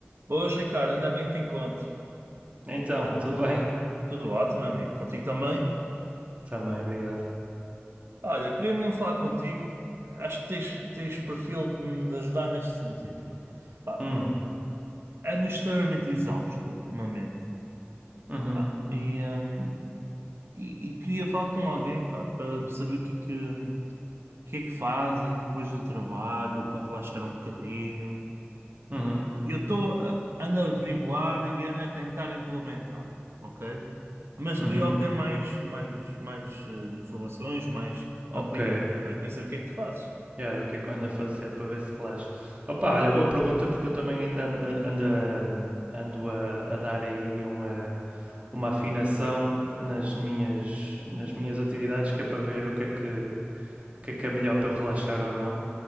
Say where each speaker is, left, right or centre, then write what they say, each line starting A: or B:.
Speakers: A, on the right; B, on the right.
A: Boas, Ricardo, ainda bem que te encontro.
B: Então, tudo bem?
A: Tudo ótimo, amigo. Contigo também?
B: Também, obrigado.
A: Olha, queria mesmo falar contigo. Acho que tens, tens perfil de me ajudar neste sentido. Pá,
B: Hum,
A: ando extremamente exausto ultimamente.
B: uhum,
A: Pá, e, hum, e- e queria falar com alguém, pá, para saber o que é que, hum, o que é que fazem depois do trabalho, para relaxar um bocadinho.
B: uhum,
A: Eu estou a ando a averiguar e ando a tentar implementar, ok? Mas
B: uhum,
A: queria obter mais, mais, mais eh, informações, mais
B: ok.
A: opiniões. Pá, eu queria saber o que é que tu fazes.
B: Yeah, do que é que eu ando a fazer para ver se relaxo? Opa, olha, boa pergunta porque eu também ainda ando, ando, a, ando a, a dar aí uma, uma afinação nas minhas, nas minhas atividades que é para ver o que é que, o que é que é melhor para eu relaxar ou não.